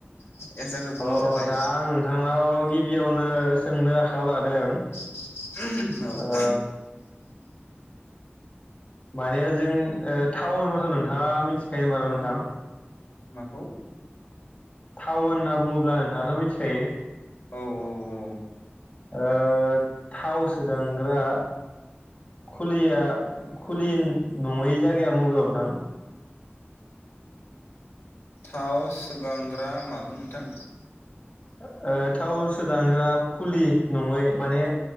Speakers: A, on the left; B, on the left.
A: एन्सारखौ बुंनो
B: अ अ
A: थाखाय
B: नोंथां आं नोंथांनाव गिबियावनो स सोंनो आखायाव लादों।
A: <unintelligible>
B: ओ
A: औ
B: माने जों ओ थाउन होनबाथ' नोंथाङा मिथिखायो होमबा न नोंथां?
A: माखौ?
B: थाउन होनना बुङोब्ला नोंथाङाथ' मिथिखायो?
A: औ औ औ
B: ओ थाव सोदांग्रा खुलिया खुलिन नङै जायगाया मबेयाव नोंथां?
A: थाव सोगांग्रा मामोन नोंथां?
B: ओ ओ थाव सोदांग्रा खुलि नङै माने